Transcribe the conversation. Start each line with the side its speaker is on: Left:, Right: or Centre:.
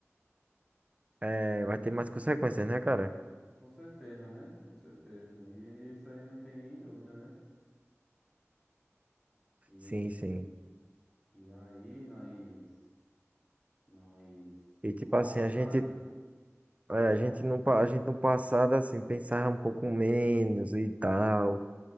Right: é, vai ter mais consequências, né, cara?
Centre: Com certeza, né? Com certeza. E isso aí não tem nem dúvida, né? E,
Right: Sim, sim.
Centre: e aí nós, nós,
Right: E tipo
Centre: do passado,
Right: assim, a gente,
Centre: pode
Right: é,
Centre: falar.
Right: a gente no, pa- a gente no passado, assim, pensava um pouco menos e tal.